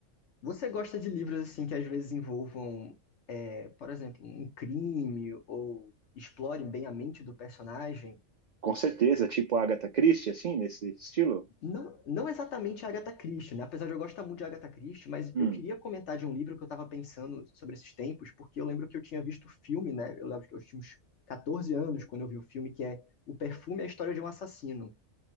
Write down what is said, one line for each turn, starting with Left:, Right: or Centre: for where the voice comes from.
Left: você gosta de livros assim que às vezes envolvam, é, por exemplo, um crime ou explorem bem a mente do personagem?
Right: Com certeza, tipo Agatha Christie, assim, nesse estilo.
Left: Não, não exatamente a Agatha Christie, né? Apesar de eu gostar muito de Agatha Christie, mas
Right: Hum,
Left: eu queria comentar de um livro que eu estava pensando sobre esses tempos, porque eu lembro que eu tinha visto o filme, né? Eu lembro que eu tinha uns 14 anos quando eu vi o filme, que é O Perfume e a História de um Assassino.